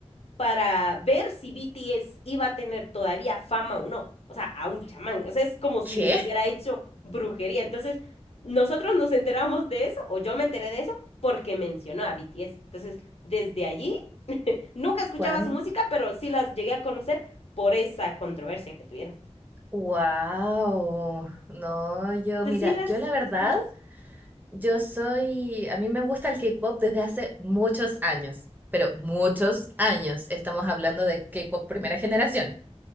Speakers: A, on the left; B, on the right.
A: para ver si BTS iba a tener todavía fama o no. O sea, a un chamán. O sea, es como si
B: ¿Qué?
A: les hubiera hecho brujería. Entonces, nosotros nos enteramos de eso, o yo me enteré de eso, porque mencionó a BTS. Entonces, desde allí, nunca escuchaba
B: ¿Cuán?
A: su música, pero sí las llegué a conocer por esa controversia que tuvieron.
B: Wow. No, yo
A: ¿Tú
B: mira,
A: sí las
B: yo la verdad,
A: escuchas?
B: yo soy, a mí me gusta el K-pop desde hace muchos años, pero muchos años. Estamos hablando de K-pop primera generación.